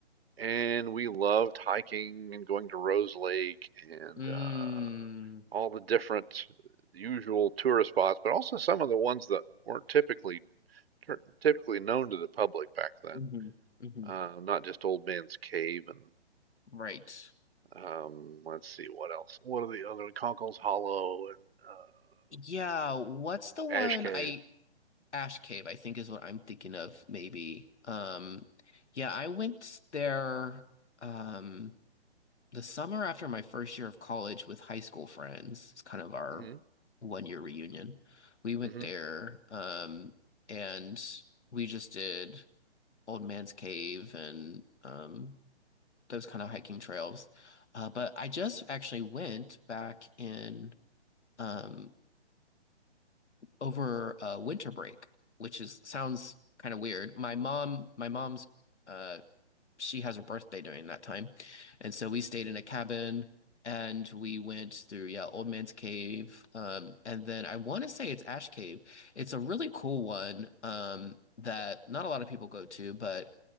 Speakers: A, on the right; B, on the left.
A: And we loved hiking and going to Rose Lake and
B: mm,
A: uh, all the different usual tourist spots, but also some of the ones that weren't typically typically known to the public back then.
B: mm-hmm, mm-hmm.
A: Uh, not just Old Man's Cave and
B: Right.
A: um, let's see what else. What are the other Conkle's Hollow and uh,
B: Yeah, what's the one
A: Ash Cave?
B: I Ash Cave, I think is what I'm thinking of, maybe. Um, yeah, I went there um the summer after my first year of college with high school friends. It's kind of our
A: hmm
B: one year reunion. We went
A: hmm
B: there um and we just did Old Man's Cave and um those kind of hiking trails. Uh, but I just actually went back in um over uh, winter break, which is sounds kind of weird. My mom, my mom's, uh, she has her birthday during that time, and so we stayed in a cabin and we went through yeah, Old Man's Cave, um, and then I want to say it's Ash Cave. It's a really cool one um, that not a lot of people go to, but